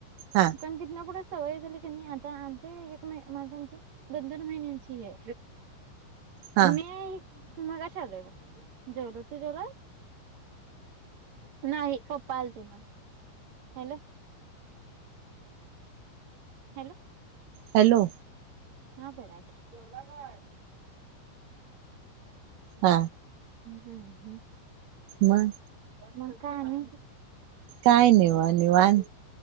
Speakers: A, on the right; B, on the right.
A: हा
B: पण तिथन पुढे सवय झाली नाही आता आमच्याक एक एक मा माणसांची दोन दोन महिन्यांचीये.
A: हा
B: मी मगाशी आलोय बा. जेवलो. तू जेवलास? नाही पप्पा आलते म. हॅलो. हॅलो.
A: हॅलो.
B: हा बरा आहे की जेवला काय?
A: हा
B: हम्म हम्म
A: मग
B: मग काय आणि?
A: काय निवा निवान